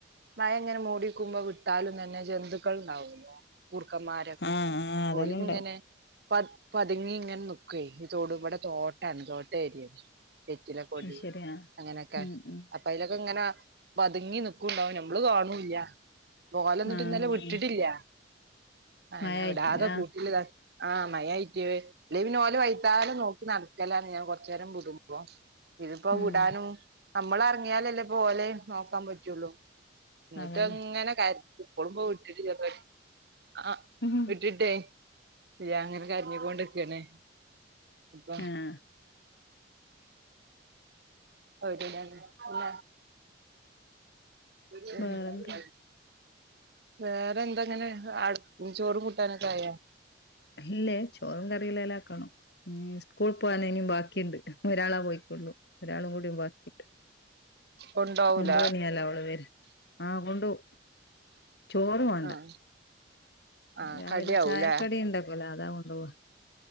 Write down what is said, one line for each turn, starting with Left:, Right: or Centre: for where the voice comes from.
Right: മഴ ഇങ്ങനെ മൂടിക്കുമ്പോ വിട്ടാലും തന്നെ ജന്തുക്കൾ ഉണ്ടാവു ലെ കുർക്കന്മാരൊക്കെ
Left: ആഹ് ആഹ് അതെല്ലാം
Right: ഓല്
Left: ഉണ്ടാവും
Right: ഇങ്ങനെ പ പതുങ്ങി ഇങ്ങനെ നിക്കും ഓക്കേ ഈ തൊട ഇവിടെ തോട്ടാണ് തോട്ട ഏരിയ വെറ്റില കൊടി
Left: അത് ശരിയാ
Right: അങ്ങനെയൊക്കെ
Left: ഉം ഉം
Right: അപ്പ അയ്ലൊക്കെ ഇങ്ങനെ പതുങ്ങി നിക്കുണ്ടാവും നമ്മള് കാണൂല്ല ഓലൊന്നിട്ട്
Left: ആഹ്
Right: ഇന്നലെ വിട്ടിട്ടില്ല അന
Left: മഴ ആയിട്ടില്ല
Right: ഇടാതെ കൂട്ട്ല് താക്കാ ആഹ് മയായിറ്റേ അല്ല ഓലെ വൈത്താലെ നോക്കി നടക്കലാണ് ഞാൻ കുറച്ചു നേരം ബ്ടും അപ്പ ഇതിപ്പോ
Left: ഉം
Right: വിടാനും നമ്മൾറങ്ങിയാലല്ലേ പോലെ നോക്കാൻ പറ്റുള്ളു എന്നിട്ട്
Left: അതന്നെ
Right: എങ്ങനെ കാര് ഇപ്പോളും പോ വിട്ടി് ചെറ ആ
Left: ഉം
Right: ഇട്ടിട്ടേ ഇല്ല അങ്ങനെ കരഞ്ഞി ക്കാണ്ട്ക്കണേ അപ്പ
Left: ആഹ്
Right: അത ഇല്ല ആ ഉ <inaudible>
Left: വേറെന്ത്
Right: വേറെ എന്താങ്ങനെ ചോറും കൂട്ടാനൊക്കെ ആയാേ
Left: അല്ലേ ചോറും കറിയല്ല എല്ലാം ആക്കണം സ്കൂൾ പോകാന ഇനും ബാക്കിയുണ്ട് ഒരാളാ പോയിക്കൊള്ളു ഒരാളും കൂടി ബാക്കിയിട്ട്
Right: കൊണ്ടോവൂല
Left: ഒമ്പ്മണിയല്ല അവള് വേര് ആ കൊണ്ട്പോകും ചോറ് മാണ്ട
Right: ആഹ് ആഹ്
Left: രാവിലെ
Right: കടിയാവൂലേ
Left: ചായക്കടി ഉണ്ടക്കലോ അതാ കൊണ്ടു പോവാ